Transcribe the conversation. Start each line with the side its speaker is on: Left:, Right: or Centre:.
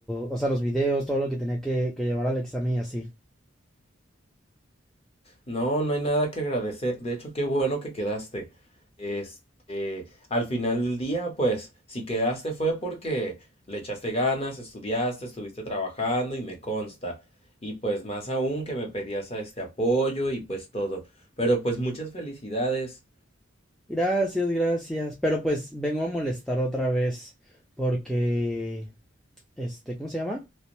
Centre: o sea, los videos, todo lo que tenía que, que llevar al examen y así.
Left: No, no hay nada que agradecer. De hecho, qué bueno que quedaste. Este, al final del día, pues, si quedaste fue porque le echaste ganas, estudiaste, estuviste trabajando y me consta. Y pues más aún que me pedías a este apoyo y pues todo. Pero pues muchas felicidades.
Centre: Gracias, gracias, pero pues vengo a molestar otra vez porque, este, ¿cómo se llama?